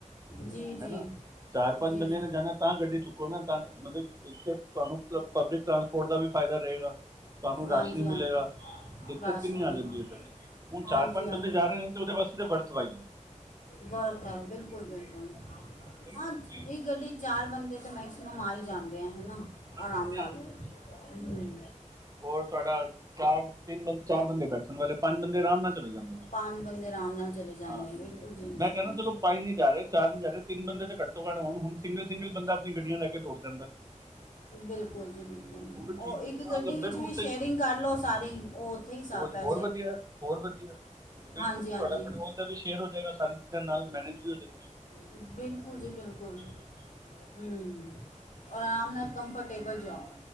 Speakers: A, on the left (about 90°); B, on the right (about 25°).
A: ਜੀ, ਜੀ
B: ਹੈ ਨਾ ਚਾਰ ਪੰਜ
A: ਜੀ
B: ਬੰਦਿਆਂ ਨੇ ਜਾਣਾ ਤਾਂ ਗੱਡੀ ਚੁੱਕੋ ਨਾ ਤਾਂ ਮਤਲਬ ਇੱਕ ਤੁਹਾਨੂੰ ਪਬਲਿਕ ਟਰਾਂਸਪੋਰਟ ਦਾ ਵੀ ਫਾਇਦਾ ਰਹੇਗਾ ਤੁਹਾਨੂੰ
A: ਹਾਂਜੀ
B: ਰਸ਼ ਵੀ
A: ਹਾਂਜੀ
B: ਮਿਲੇਗਾ ਦਿੱਕਤ
A: ਰਾਸ਼ਨ
B: ਕਿੰਨੀ ਆ
A: ਮਿਲ
B: ਜਾਂਦੀ ਹੈ ਫਿਰ ਹੁਣ
A: ਹਾਂਜੀ,
B: ਚਾਰ ਪੰਜ
A: ਹਾਂਜੀ
B: ਬੰਦੇ ਜਾ ਰਹੇ ਨੇ ਤਾਂ ਉਹਦੇ ਵਾਸਤੇ ਤਾਂ ਵਰਥ ਵਾਈਲ ਹੈ
A: ਵਰਥ ਹੈ ਬਿਲਕੁਲ ਬਿਲਕੁਲ
B: ਹੈ ਨਾ ਉਹੀ
A: ਹਾਂ
B: ਜੇ
A: ਇਹ ਗੱਡੀ ਚਾਰ ਬੰਦੇ ਤੇ ਮੈਕਸੀਮਮ ਆ ਹੀ ਜਾਂਦੇ ਆ ਹਨਾ
B: ਪੰਜ
A: ਆਰਾਮ
B: ਬੰਦੇ
A: ਨਾਲ ਹੂ
B: ਹੋਰ ਤੁਹਾਡਾ ਚਾਰ ਤਿੰਨੰ ਚਾਰ ਬੰਦੇ ਬੈਠਣ ਵਾਲੇ ਪੰਜ ਬੰਦੇ ਆਰਾਮ ਨਾਲ ਚਲੇ ਜਾਂਦੇ ਨੇ
A: ਪੰਜ ਬੰਦੇ ਆਰਾਮ ਨਾਲ ਚਲੇ ਜਾਂਦੇ
B: ਹਾਂ
A: ਆ ਬਿਲਕੁਲ ਜੀ ਬਿਲਕੁਲ
B: ਮੈਂ ਕਹਿੰਦਾ ਚਲੋ ਪੰਜ ਨਹੀਂ ਜਾ ਰਹੇ ਚਾਰ ਤਿੰਨ ਬੰਦੇ ਤਾਂ ਘੱਟੋ ਘੱਟ ਹੋਣ ਹੁਣ ਸਿੰਗਲ- ਸਿੰਗਲ ਬੰਦਾ ਆਪਣੀ ਗੱਡੀਆਂ ਲੈ ਕੇ ਦੌੜ ਜਾਂਦਾ
A: ਬਿਲਕੁਲ ਜੀ ਬਿਲਕੁਲ ਜੀ
B: ਵੀ
A: ਉਹ
B: ਠੀਕ ਨਹੀਂ
A: ਇੱਕ
B: ਨਾ
A: ਗੱਡੀ
B: ਲੰਬੇ
A: ਵਿੱਚ
B: ਰੂਟ
A: ਵੀ ਸ਼ੇਅਰਿੰਗ
B: 'ਤੇ
A: ਕਰ ਲਉ ਸਾਰੀ ਉਹ ਉੱਥੇ ਹਿਸਾਬ
B: ਹੋਰ
A: ਹੈ।
B: ਹੋਰ ਵਧੀਆ, ਹੋਰ ਵਧੀਆ ਬਿਲਕੁਲ
A: ਹਾਂਜੀ ਹਾਂਜੀ
B: ਤੁਹਾਡਾ ਪੈਟਰੋਲ ਦਾ ਵੀ ਸ਼ੇਅਰ ਹੋ ਜਾਏਗਾ ਸਾਰੀ ਚੀਜ਼ਾਂ ਨਾਲ ਮੈਨੇਜ ਵੀ ਹੋ ਜਾਂਦੀ
A: ਬਿਲਕੁਲ ਜੀ ਬਿਲਕੁਲ ਹਮ ਔਰ ਆਰਾਮ ਨਾਲ ਕੰਫਰਟੇਬਲ ਜਾਓ